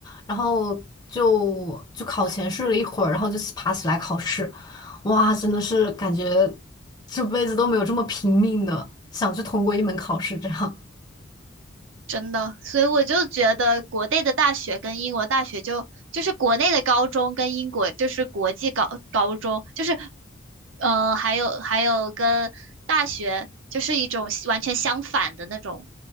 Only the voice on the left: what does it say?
然后就就考前睡了一会儿，然后就起爬起来考试，哇，真的是感觉这辈子都没有这么拼命的想去通过一门考试这样。